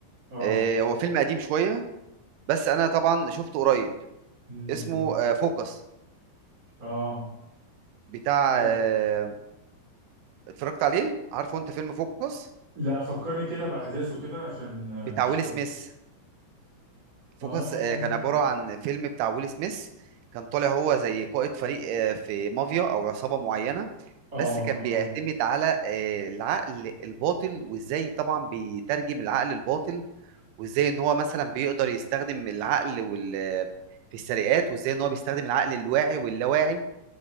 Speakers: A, on the right; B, on the right.
A: اه
B: آه هو فيلم قديم شوية بس انا طبعا شفته قريب
A: امم
B: اسمه آه فوكس
A: اه
B: بتاع
A: ده
B: آه اتفرجت عليه عارفه انت فيلم فوكس
A: لا فكرني كده بأحداثه كده عشان آه،
B: بتاع
A: مش
B: ويل
A: فاكره
B: سميث فوكس
A: اه
B: آه كان عبارة عن فيلم بتاع ويل سميث كان طالع هو زي قائد فريق آه في مافيا او عصابة معينة
A: اه
B: بس كان
A: اه
B: بيعتمد على آه العقل الباطل وازاي طبعا بيترجم العقل الباطل وازاي ان هو مثلا بيقدر يستخدم العقل وال في السرقات وازاي ان هو بيستخدم العقل الواعي واللاواعي